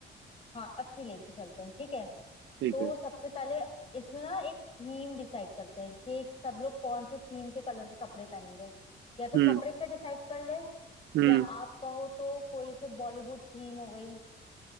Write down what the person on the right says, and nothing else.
ठीक
है
हम्म
हम्म